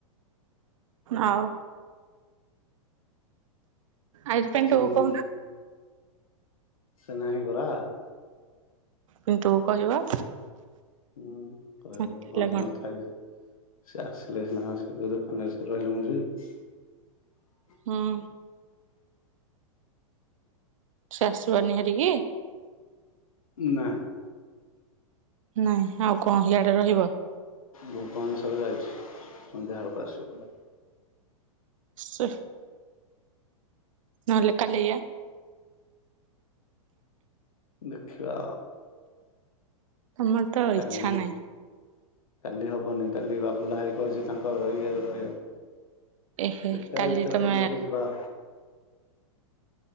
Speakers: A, on the right; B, on the left.
A: ଆଉ ଆଜି ପାଇଁ
B: ଚିନି
A: କହୁ
B: ସେ ନାହିଁ ପରା।
A: ପିଣ୍ଟୁକୁ କହିବ
B: ନା କହିବ
A: ନଥିଲେ
B: ହଁ ସେ
A: କଣ
B: ନଥାାଇ ସେ ଆସିଲେ ସିନା ଆସିଲେ ଦୋକାନରେ ସେ ରହିଲେ ମୁଁ ଯିବି।
A: ହଁ। ସେ ଆସିବନି ହେରିକି?
B: ନା।
A: ନା ଆଉ କଣ ସିଆଡେ ରହିବ?
B: ଭୁବନେଶ୍ବର ଯାଇଛି ସନ୍ଧ୍ୟା ବେଳକୁ ଆସିବ ଦୋଧେ।
A: ସି ନହେଲେ କାଲି ଯିବା।
B: ଦେଖିବା।
A: ତୋମର ତ
B: କାଲି
A: ଇଚ୍ଛା ନାହିଁ।
B: କାଲି ହବନି, କାଲି ବାବୁଲା ଭାଇ କହିଚି ତାଙ୍କର ଇଏରେ ରହିବା <inaudible>
A: ଏହେ
B: ଦେଖିବା
A: କାଲି
B: ୟାଭିତରେ
A: ତମେ
B: କୋଉ ଦିନ ଯିବା